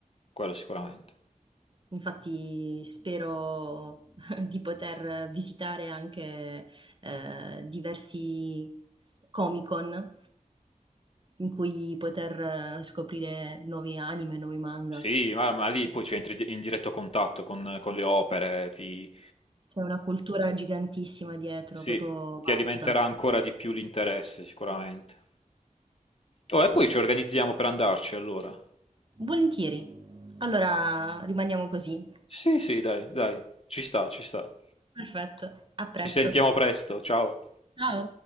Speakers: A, on the left (about 45°); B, on the right (about 35°).
A: Quello sicuramente.
B: Infatti spero <laughs> di poter visitare anche, ehm, diversi Comic-Con in cui poter eh, scoprire nuovi anime, nuovi manga.
A: Sì, ma, ma lì poi ci entri di- in diretto contatto con, con le opere, ti,
B: C'è una cultura gigantissima dietro,
A: sì,
B: proprio
A: ti
B: vasta.
A: alimenterà ancora di più l'interesse, sicuramente. Oh, e poi ci organizziamo per andarci, allora.
B: Volentieri. Allora rimaniamo così.
A: Sì, sì, dai, dai, ci sta, ci sta.
B: Perfetto, a presto.
A: Ci sentiamo presto, ciao.
B: Ciao.